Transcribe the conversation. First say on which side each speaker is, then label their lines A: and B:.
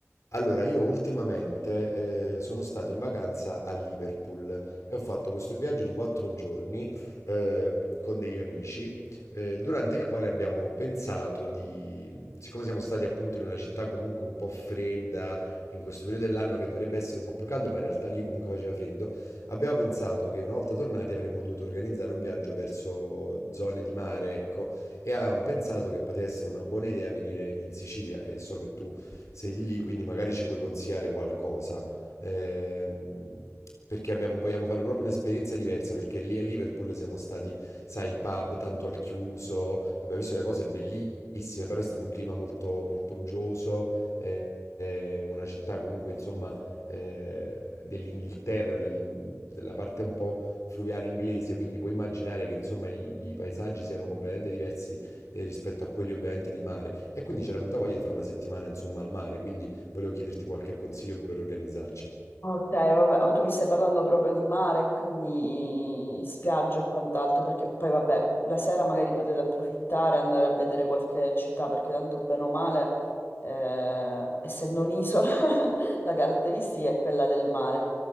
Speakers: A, on the left; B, on the left.
A: Allora, io ultimamente eh, sono stato in vacanza a Liverpool e ho fatto questo viaggio di quattro giorni ehm, con degli amici, eh, durante il quale abbiamo pensato di, siccome siamo stati appunto in una città comunque un po' fredda, in questo periodo dell'anno che dovrebbe essere un po' più caldo, ma in realtà lì comunque faceva freddo, abbiamo pensato che una volta tornati avremmo dovuto organizzare un viaggio verso zone di mare, ecco e avevamo pensato che potesse essere una buona idea venire in Sicilia e so che tu sei di lì, quindi magari ci puoi consigliare qualcosa. Ehm, perché abbiamo- vogliamo fare proprio un'esperienza diversa, perché lì a Liverpool siamo stati, sai, pub tanto al chiuso, abbiamo visto le cose bellissime, però è stato un clima molto, molto uggioso, eh, eh, una città comunque, insomma, eh, dell'Inghilterra, dell'in- della parte un po' fluviale inglese, quindi puoi immaginare che insomma i, i paesaggi siano completamente diversi eh, rispetto a quelli ovviamente di mare. E quindi c'era venuta voglia di fare una settimana insomma al mare, quindi volevo chiederti qualche consiglio per organizzarci.
B: Ok, vabbè, ma tu mi stai parlando proprio di mare, quindi spiagge e quant'altro, perché poi vabbè, la sera magari potete approfittare, andare a vedere qualche città, perché tanto bene o male, eh, essendo un'isola, <laughs> la caratteristica è quella del mare.